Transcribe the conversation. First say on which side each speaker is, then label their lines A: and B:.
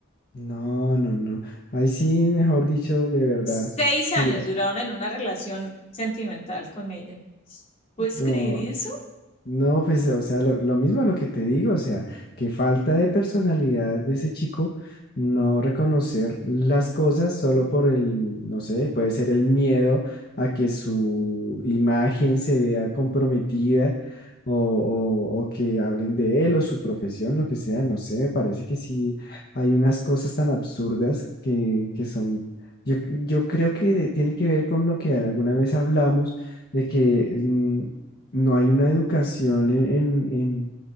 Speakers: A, on the left; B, on the left.
A: No, no, no. Ahí sí, mejor dicho, de verdad.
B: Seis
A: Sí,
B: años
A: eh,
B: duraron en una relación sentimental con ella. ¿Puedes escribir
A: no.
B: eso?
A: No, pues, o sea, lo, lo mismo lo que te digo, o sea, que falta de personalidad de ese chico, no reconocer las cosas solo por el, no sé, puede ser el miedo a que su imagen se vea comprometida o, o, o que hablen de él o su profesión, lo que sea, no sé, me parece que sí hay unas cosas tan absurdas que, que son, yo, yo creo que de- tiene que ver con lo que alguna vez hablamos de que mm, no hay una educación en, en, en-